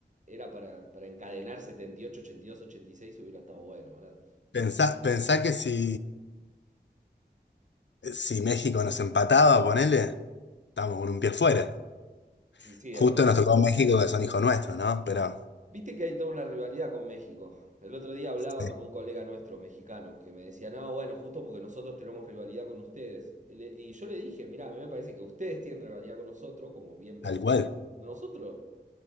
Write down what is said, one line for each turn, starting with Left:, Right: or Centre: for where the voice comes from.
Right: era para, para encadenar 78, 82, 86, hubiera estado bueno. Ahora,
Left: pensá, pensá que si, si México nos empataba, ponele, estábamos con un pie fuera.
Right: sí,
Left: Justo
Right: es verdad.
Left: nos tocó México, que son hijos nuestros, ¿no? Pero
Right: Viste que hay toda una rivalidad con México. El otro día hablaba
Left: sí,
Right: con un colega nuestro, mexicano, que me decía, no, bueno, justo porque nosotros tenemos rivalidad con ustedes. Y, le- y yo le dije, mirá, a mí me parece que ustedes tienen rivalidad con nosotros, como bien vos
Left: tal
Right: decís,
Left: cual.
Right: pero nosotros,